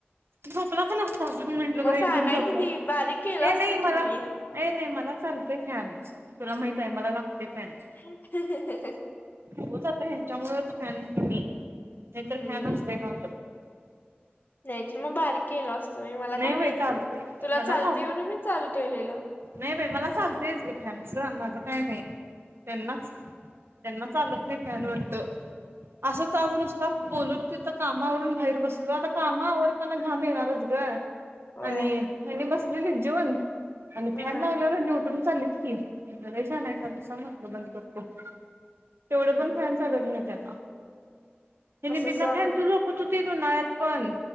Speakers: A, on the right; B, on the left.
A: झोपलाच नसतासा मी म्हटलं
B: मग
A: बाई
B: सांगायचं
A: घेऊन झोपला
B: की
A: असता,
B: बारीक केलं असतं
A: नाही मला
B: की मी
A: नाही नाही मला चालतय फॅन तुला माहित आहे मला लागते फॅन
B: हहं हं
A: होत आता ह्यांच्यामुळेच फॅन कमी, नाहीतर
B: हम्म
A: फॅन असतय माझ.
B: नाहीतर मग बारीक केल असतो मी मला
A: नाही
B: काय
A: बाई
B: माहिती
A: चालतंय
B: तुला
A: मला
B: चालते
A: चालतंय.
B: म्हणून मी चालू ठेवलेल.
A: नाही बाई मला चालतेच गे फ्यांचं माझं काही नाही त्यांनाच. त्यांना चालत नाही फॅन वाटतं. असं आज नुसत बोलून तिथं कामावरून बाहेर बसलो आता काम आवर त्यांना घाम येणारच ग
B: होय
A: आणि हेनी बसलेली जेवून आणि
B: हा
A: फॅन लावल्यावर यांनी उठून चाललेत की <unintelligible> म्हटलं बंद करतो. तेवढं
B: हम्म
A: पण फॅन चालत नाही त्यांना. त्याने
B: कसं
A: बिना
B: सहन
A: फॅच
B: होते
A: झोपत होती उन्हाळ्यात पण